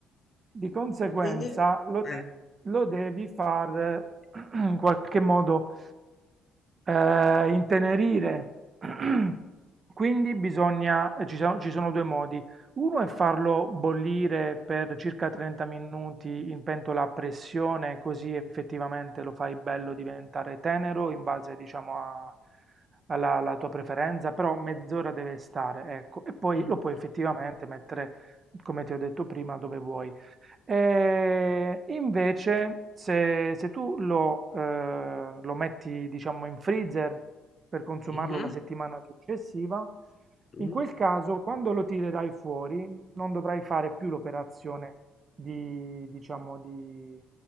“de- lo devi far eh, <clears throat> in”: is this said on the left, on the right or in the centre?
Right